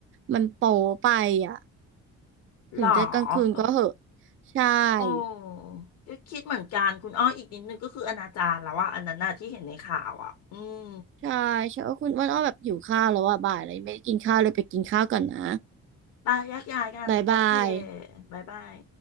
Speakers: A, on the right; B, on the left.
A: มันโป๊ไปอ่ะถึงจะกลางคืนก็เหอะ
B: หรอเออ
A: ใช่
B: โอ้ก็คิดเหมือนกันคุณอ้ออีกนิดนึงก็คืออนาจารแล้วว่าอะอันนั้นน่ะที่เห็นในข่าวอ่ะอืม
A: ใช่ใช่เออคุณอ้วนอ้อแบบหิวข้าวแล้วอ่ะบ่ายเลยไม่ได้กินข้าวเลยไปกินข้าวก่อนนะ
B: ไปแยกย้ายกันโอเค
A: บายบาย
B: บ๊ายบาย